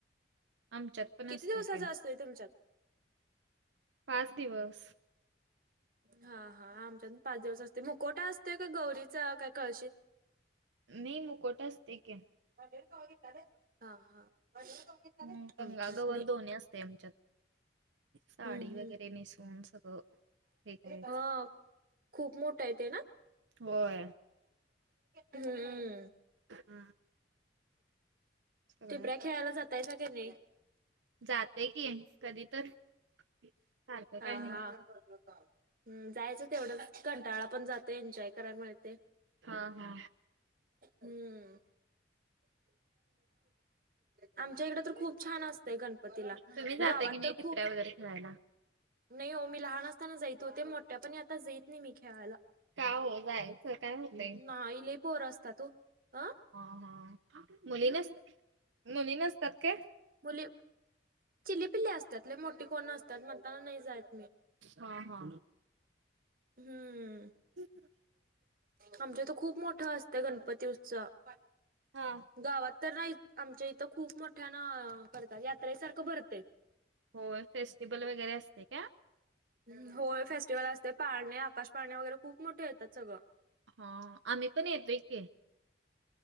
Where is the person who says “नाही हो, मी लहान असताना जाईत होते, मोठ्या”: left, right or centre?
Right